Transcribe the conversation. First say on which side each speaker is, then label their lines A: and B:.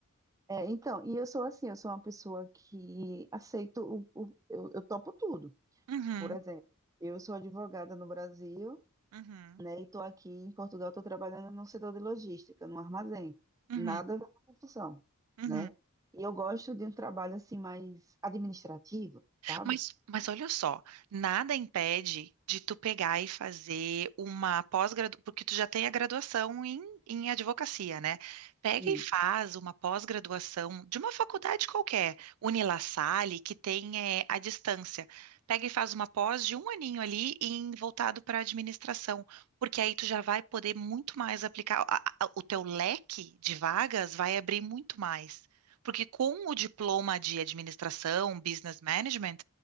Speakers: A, on the right; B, on the right.
A: é, então, e eu sou assim, eu sou uma pessoa que aceito, o, o- eu, eu topo tudo.
B: Uhum,
A: Por exemplo, eu sou advogada no Brasil,
B: uhum,
A: né? E estou aqui em Portugal, estou trabalhando no setor de logística, no armazém.
B: uhum,
A: Nada a ver com construção,
B: uhum.
A: né? E eu gosto de um trabalho assim mais administrativo, sabe?
B: Mas, mas olha só, nada impede de tu pegar e fazer uma pós-graduação, porque tu já tem a graduação em, em advocacia, né? Pega
A: Sim,
B: e faz uma pós-graduação de uma faculdade qualquer, Unila Salle, que tem eh, à distância. Pega e faz uma pós de um aninho ali em, voltado para a administração, porque aí tu já vai poder muito mais aplicar, a- a- o teu leque de vagas vai abrir muito mais. Porque com o diploma de administração, business management,